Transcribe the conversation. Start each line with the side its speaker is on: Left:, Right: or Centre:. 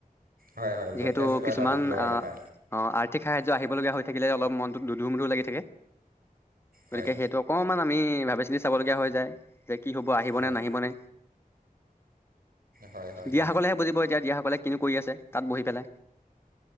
Right: হয় হয়
Left: যিহেতু
Right: যথেষ্ট
Left: কিছুমান
Right: এটা দুখ লগা
Left: আহ।
Right: কথা
Left: অ, আৰ্থিক সাহায্য আহিবলগীয়া হৈ থাকিলে, অলপ মনটো দুদু মোধু লাগি থাকে
Right: হয়
Left: গতিকে সেইটো অকণমান আমি ভাবি চিন্তি চাবলগীয়া হৈ যায়, যে কি হ'ব আহিবনে,
Right: হয়
Left: নাহিবনে।
Right: হয় হয়
Left: দিয়াসকলেহে
Right: হয়
Left: বুজিব এতিয়া দিয়াসকলে কিনি কৰি আছে তাত বহি পেলাই।